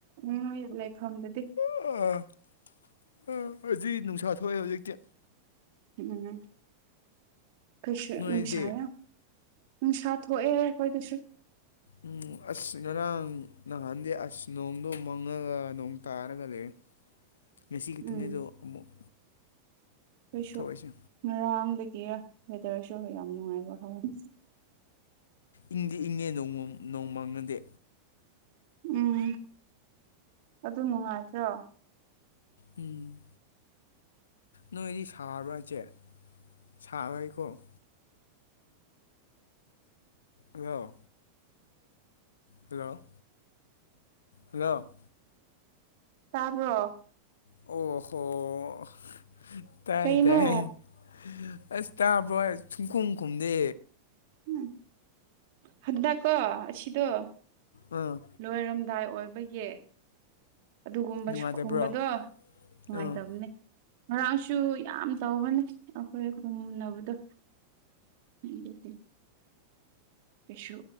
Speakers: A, on the right; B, on the left.
A: ꯎꯝꯣꯏ ꯂꯩꯐꯝꯗꯗꯤ
B: ꯑꯣ ꯑꯥ ꯑꯁꯤ ꯅꯨꯡꯁꯥ ꯊꯣꯛꯑꯦ ꯍꯧꯖꯤꯛꯇꯤ
A: ꯎꯝ ꯀꯁ
B: ꯅꯣꯏꯗꯤ
A: ꯅꯨꯡꯁꯥꯌꯥ ꯅꯨꯡꯁꯥ ꯊꯣꯛꯑꯦ ꯑꯩꯈꯣꯏꯗꯁꯨ
B: ꯎꯝ ꯑꯁ ꯉꯔꯥꯡ ꯅꯍꯥꯟꯗꯤ ꯑꯁ ꯅꯣꯡꯗꯣ ꯃꯪꯉꯒ ꯅꯣꯡ ꯇꯥꯔꯒ ꯂꯩ
A: <inaudible>
B: ꯉꯁꯤꯒꯤꯈꯤꯇꯅꯦꯗꯣ
A: ꯎꯝ
B: ꯑꯃꯨꯛ
A: ꯑꯩꯈꯩꯁꯨ
B: ꯊꯣꯛꯏꯁꯦ
A: ꯉꯔꯥꯡꯗꯒꯤ ꯋꯦꯗꯔꯁꯨ ꯑꯩꯈꯣꯏ ꯌꯥꯝ ꯅꯨꯡꯉꯥꯏꯕ ꯍꯧꯥꯎꯋꯦ
B: ꯏꯪꯗꯤ ꯏꯪꯉꯦ ꯅꯣꯡꯃ ꯅꯣꯡ ꯃꯥꯡꯅꯗꯗꯤ
A: ꯎꯝ ꯑꯗꯨ ꯅꯨꯡꯉꯥꯏꯇ꯭ꯔꯣ
B: ꯎꯝ ꯅꯣꯏꯗꯤ ꯁꯥꯕꯁꯦ ꯁꯥꯕꯣꯏꯀꯣ ꯑ ꯍꯜꯂꯣ ꯍꯜꯂꯣ
A: ꯇꯥꯕ꯭ꯔꯣ
B: ꯑꯣ ꯍꯣ ꯇꯥꯏ
A: ꯀꯩꯅꯣ
B: ꯇꯥꯏ ꯑꯁ ꯇꯥꯕ꯭ꯔꯣ ꯁꯨꯝꯈꯣꯡ ꯈꯨꯝꯗꯦ
A: ꯎꯝ ꯍꯗ ꯀ ꯑꯁꯤꯁꯤꯗ
B: ꯑꯥ
A: ꯂꯣꯏꯔꯝꯗꯥꯏ ꯑꯣꯏꯕꯒꯤ ꯑꯗꯨꯒꯨꯝꯕꯁꯨ
B: ꯅꯨꯡꯉꯥꯏꯇꯕ꯭ꯔꯣ
A: ꯈꯨꯝꯕꯗꯣ ꯅꯨꯡꯉꯥꯏꯇꯕꯅꯤ
B: ꯑ
A: ꯉꯔꯥꯡꯁꯨ ꯌꯥꯝ ꯇꯧꯕꯅꯦ ꯑꯩꯈꯣꯏꯣꯏ ꯃꯨꯟꯅꯅꯕꯗꯣ ꯎꯝꯜ ꯀꯩꯁꯨ